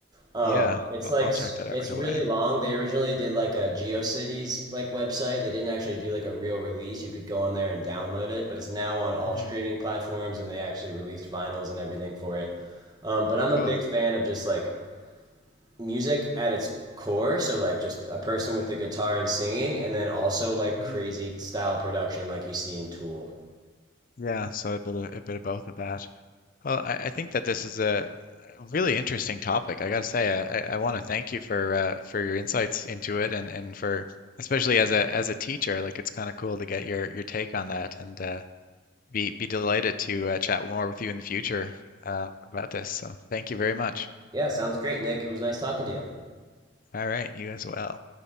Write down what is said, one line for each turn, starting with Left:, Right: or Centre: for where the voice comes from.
Right: Um,
Left: Yeah,
Right: it's
Left: well,
Right: like
Left: I'll
Right: s-
Left: check that out
Right: it's
Left: right
Right: really
Left: away.
Right: long. They originally did like a GeoCities like website. They didn't actually do like a real release. You could go on there and download it, but it's now on all
Left: hmm
Right: streaming platforms, and they actually released vinyls and everything for it. Um, but I'm
Left: Cool.
Right: a big fan of just like music at its core, so like just a person with a guitar and singing, and then also like crazy
Left: hmm
Right: style production like you see in Tool.
Left: Yeah, so a bit of, a bit of both of that. Well, I, I think that this is a really interesting topic. I gotta say, I, I, I want to thank you for uh, for your insights into it, and and for especially as a as a teacher, like it's kind of cool to get your your take on that, and uh, be be delighted to uh, chat more with you in the future uh, about this. So thank you very much.
Right: Yeah, sounds great, Nick. It was nice talking to you.
Left: All right, you as well.